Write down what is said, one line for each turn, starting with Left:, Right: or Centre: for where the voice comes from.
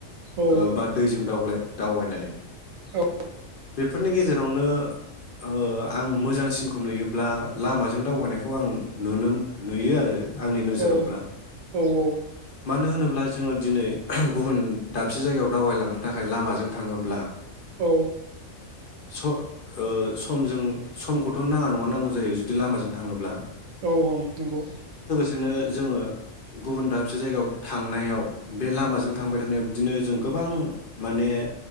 Right: औ
Left: ओ बा ओ दैजों दावब्ले दावबायनाय
Right: औ
Left: बेफोरनि गेजेर यावनो ओ आं मोजांसिनख नुयोब्ला लामाजों दावबायनायखौ आं नुनो नुयो आरो आंनि नोजोरावब्ला
Right: औ औ
Left: मानो होनो ब्ला जोङो दिनै गुबुन दाबसे जायगायाव दावबायलांनो थाखाय लामाजों थाङोब्ला
Right: औ।
Left: स ओ समजों समखौ थ नाङा नङा नांगौ जायो जुदि लामाजों थाङोब्ला
Right: औ औ नंगौ
Left: बिदिनो जोङो गुबुन दाबसे जायगायाव थांनायाव बे लामाजों थांबाय थानायाव बिदिनो जों गोबां माने